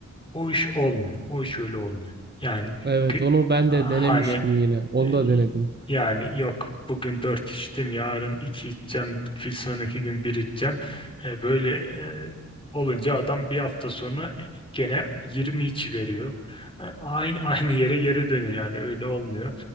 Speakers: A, on the left (about 15°); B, on the right (about 35°).
A: O iş olmuyor. O iş öyle olmuyor. Yani
B: Evet
A: ki-
B: onu ben
A: ha-
B: de denemiştim
A: hani
B: yine onu
A: e,
B: da denedim.
A: yani yok bugün dört içtim yarın iki içeceğim bir sonraki gün bir içeceğim. E, böyle e, olunca adam bir hafta sonra gene 20 içi veriyor. E, aynı <laughs> aynı yere geri dönüyor yani öyle olmuyor.